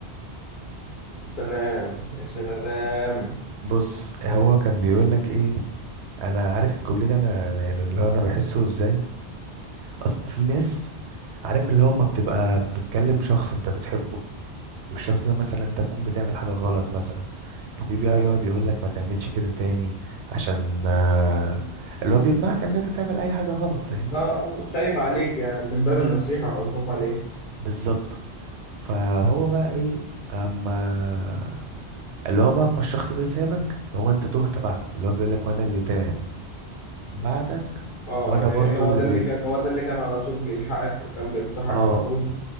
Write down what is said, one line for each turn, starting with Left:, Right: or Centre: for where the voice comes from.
Left: يا سلام يا سلام
Right: بص هو كان بيقول لك ايه انا عارف الكوبليه ده انا أنا يعني اللي هو انا بحسه ازاي اصل في ناس عارف اللي هو ما بتبقى بتكلم شخص انت بتحبه والشخص ده مثلا انت تكون بتعمل حاجة غلط مثلا ليه بقى يقعد يقول لك ما تعملش كده تاني عشان آه، اللي هو بيمنعك ان انت تعمل اي حاجة غلط فاهمني
Left: اه خايف عليك يعني من باب النصيحة والخوف عليك
Right: بالظبط فهو بقى ايه اما اللي هو بقى اما الشخص ده سابك هو انت تهت بعده اللي هو بيقول لك وانا اللي تاه بعدك
Left: اه
Right: وانا
Left: يعني
Right: برضو
Left: هو
Right: اللي
Left: ده
Right: بيت
Left: اللي كان هو ده اللي كان على طول بيلحقك وكان بينصحك
Right: اه
Left: على طول